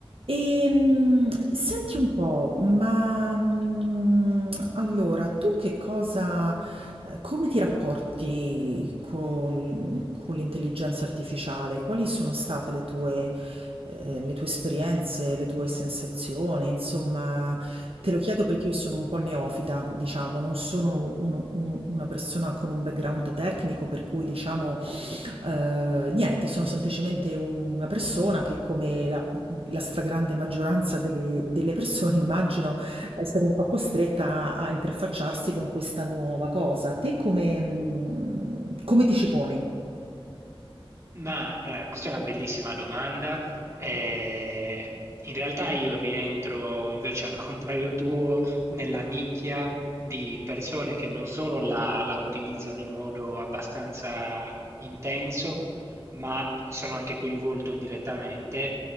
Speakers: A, on the right; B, on the right.
A: Ehm, senti un po', ma mm, allora tu che cosa, eh, come ti rapporti con, con l'intelligenza artificiale? Quali sono state le tue, eh, le tue esperienze, le tue sensazioni? Insomma, te lo chiedo perché io sono un po' neofita, diciamo, non sono uno- uno- un- una persona con un background tecnico, per cui diciamo Ehm, niente, sono semplicemente una persona che come la, la stragrande maggioranza delle, delle persone, <laughs> immagino, è stata un po' costretta a, a interfacciarsi con questa nuova cosa. Te come, mh, come ti ci poni?
B: Ma eh, questa è una bellissima domanda. Eh, in realtà io rientro invece al contrario tuo nella nicchia di persone che non solo la, la utilizzano in modo abbastanza intenso, ma sono anche coinvolto direttamente,